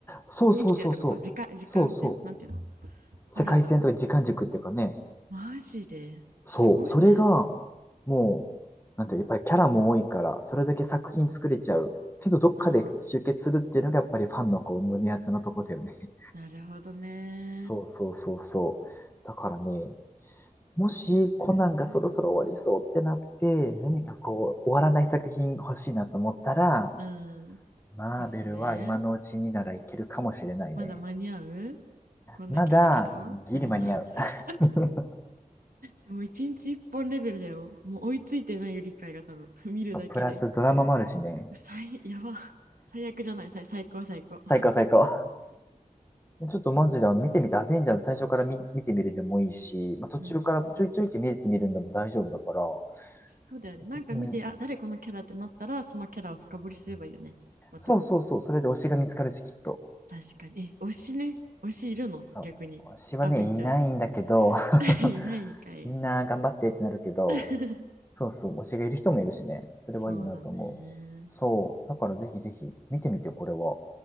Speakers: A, on the left; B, on the right.
A: そうそうそうそう。
B: に生きてるってこと時間、時間線なんていうの
A: そうそう。
B: あるんだ。
A: 世界線とか時間軸っていうかね。
B: マジですごいね。
A: そう。それが、もう、なんていうの、やっぱりキャラも多いから、それだけ作品作れちゃう。けど、どっかで集結するっていうのが、
B: あ
A: やっぱりファンのこう、胸熱なとこだよね。
B: ー、なるほどね。
A: そうそうそうそう。だからね、もしコナンがそろそろ終わりそうってなって、
B: いや、むずいわ。
A: 何かこう、終わらない作品欲しいなと思ったら、
B: うん。
A: マーベルは今のうちにならいけるかもしれないね。
B: おすすめまだ間に合うこんだけあるけど。
A: まだ、ギリ間に合う。
B: うん。<laughs>
A: <laughs>
B: でも一日一本レベルだよ。もう追いついてないよ、理解が多分。<laughs> 見るだけで。
A: プラスドラマもあるしね。
B: 最、やば。最悪じゃない、最、最高、最高。う
A: 最高最高。ちょっとマジであの見てみて、アベンジャーズ最初から見、見てみるでもいいし、まあ、途中からちょいちょいって見れてみるんでも大丈夫だから、
B: ん。<laughs>
A: お
B: そうだよね。
A: すすめ。
B: なんか見て、あ、誰このキャラってなったら、そのキャラを深掘りすればいいよね。また。
A: そうそうそう、それで推しが見つかるし、きっと。
B: 確かに。え、推しね。推しいるの逆に。
A: そう。推しはね、
B: アベンジャーズに。
A: いないんだけど、
B: <laughs>
A: <laughs>
B: いないんかい。
A: みんな頑張ってってなるけど、
B: <laughs>
A: そうそう、推しがいる人もいるしね。それはいいなと思う。
B: そうだね。
A: そう。だからぜひぜひ見てみて、これは。